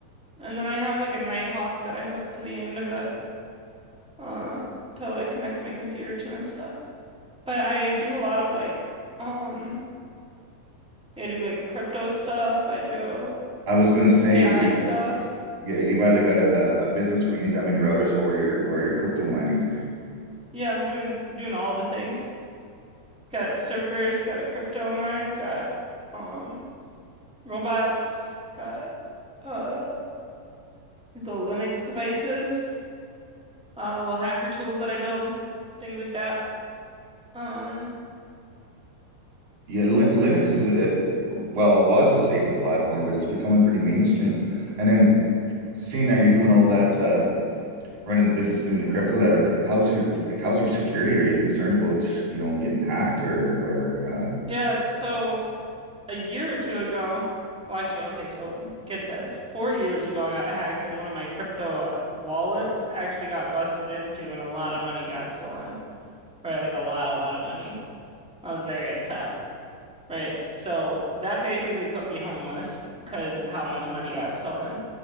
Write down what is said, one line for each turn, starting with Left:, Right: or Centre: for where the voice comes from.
Centre: and then I have like a Nighthawk that I hook to the end of it, uh, to like connect my computer to and stuff. But I do a lot of like, um, I do like crypto stuff. I do
Right: I was gonna say
Centre: AI stuff.
Right: yeah, you've either got a, a a business where you need that many routers or you're or you're crypto mining.
Centre: Yeah, I'm doing doing all the things. Got servers, got a crypto mine, got um robots, got uh little Linux devices, uh, little hacker tools that I build, things like that. Um,
Right: Yeah, Lin Linux is a well, was a safer platform, but it's becoming pretty mainstream. And then seeing that you're doing all that uh running the business and doing the crypto, that how's your like how's your security? Are you concerned about, you know, getting hacked or or uh,
Centre: yeah, so a year or two ago, well, actually, okay, so get this. Four years ago, I got hacked, and one of my crypto wallets actually got busted into, and a lot of money got stolen, right? Like a lot, a lot of money. I was very upset, right? So that basically put me homeless because of how much money got stolen.